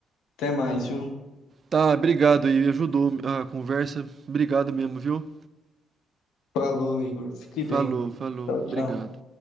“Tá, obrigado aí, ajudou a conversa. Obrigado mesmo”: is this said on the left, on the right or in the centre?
Right